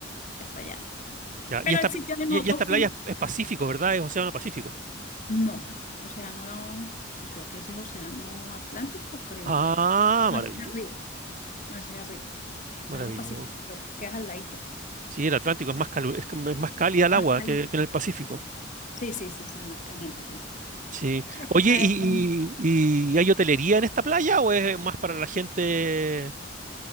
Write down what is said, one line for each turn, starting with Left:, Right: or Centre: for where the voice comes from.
Left: por allá.
Right: ya.
Left: Pero
Right: Y esta,
Left: el
Right: pl-
Left: sitio de nosotros
Right: y, y esta playa
Left: fuimos
Right: es, es Pacífico, ¿verdad? Es Océano Pacífico.
Left: No, océano, sí, creo que ese es océano Atlántico, creo.
Right: Ah,
Left: No,
Right: maravilloso.
Left: ese es arriba. No, ese es arriba. Océano
Right: Maravilloso.
Left: Pacífico, creo que es al ladito.
Right: Sí, el Atlántico es más calu- es, que es más cálida el
Left: Más
Right: agua
Left: caliente.
Right: que, que en el Pacífico.
Left: Sí, sí, sí, sí, más caliente, sí.
Right: Sí.
Left: Sí, es
Right: Oye,
Left: que acá
Right: ¿y,
Left: de todo.
Right: y, y hay hotelería en esta playa o es más para la gente?